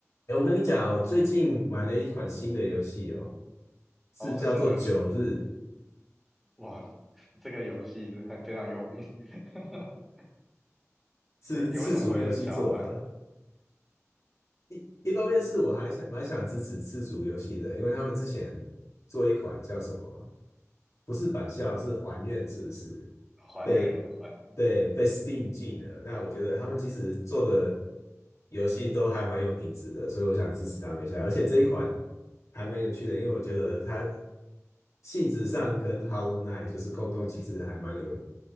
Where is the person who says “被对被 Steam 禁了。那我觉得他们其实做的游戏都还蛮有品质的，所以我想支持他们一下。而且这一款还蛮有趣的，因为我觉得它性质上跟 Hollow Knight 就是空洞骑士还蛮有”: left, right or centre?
Left